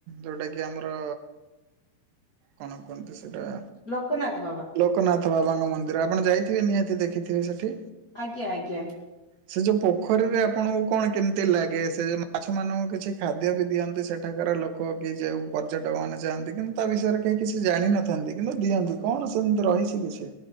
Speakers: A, on the right; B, on the left.
A: ଯୋଉଟା କି ଆମର କଣ କୁହନ୍ତି ସେଇଟା?
B: ଲୋକନାଥ ବାବା।
A: କନାଥ ବାବାଙ୍କ ମନ୍ଦିର ଆପଣ ଯାଇଥିବେ ନିହାତି ଦେଖିଥିବେ ସେଠି?
B: ଆଜ୍ଞା ଆଜ୍ଞା।
A: ସେ ଯେଉଁ ପୋଖରୀରେ ଆପଣଙ୍କୁ କଣ କେମିତି ଲାଗେ ସେ ଯେଉଁ ମାଛମାନଙ୍କୁ କିଛି ଖାଦ୍ୟ ବି ଦିଅନ୍ତି ସେଠାକାର ଲୋକ ଲ କି ଯେଉ ପର୍ଯ୍ୟଟକ ମମାନେ ଯାଆନ୍ତି କିନ୍ତୁ ତା ବିଷୟରେ କେହି କିଛି ଜାଣିନଥାନ୍ତି କିନ୍ତୁ ଦିଅନ୍ତି କଣ ସେମିତି ରହିଚି କି କିଛି